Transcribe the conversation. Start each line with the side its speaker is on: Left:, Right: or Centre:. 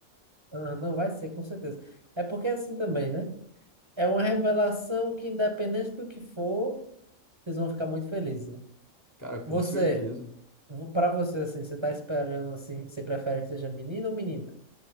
Right: Ah, não, vai ser, com certeza. É porque é assim também, né? É uma revelação que, independente do que for, vocês vão ficar muito felizes, né?
Left: Cara, com
Right: Você,
Left: certeza.
Right: pra você, assim, você tá esperando, assim, você prefere que seja menino ou menina?